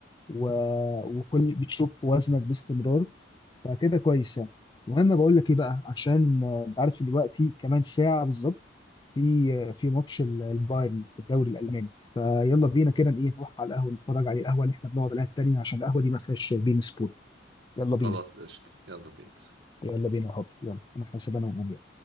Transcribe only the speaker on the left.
وكل بتشوف وزنك باستمرار فكده كويس يعني المهم بقول لك ايه بقى عشان آه، انت عارف دلوقتي كمان ساعه بالظبط في آه، في ماتش ال- البايرن في الدوري الالماني فيلا بينا كده ايه نروح على القهوه نتفرج عليه القهوه اللي احنا بنقعد عليها التانيه عشان القهوه دي ما فيهاش بين سبورت يلا بينا
يلا بينا يا حبيبي يلا انا حاسب انا وأمي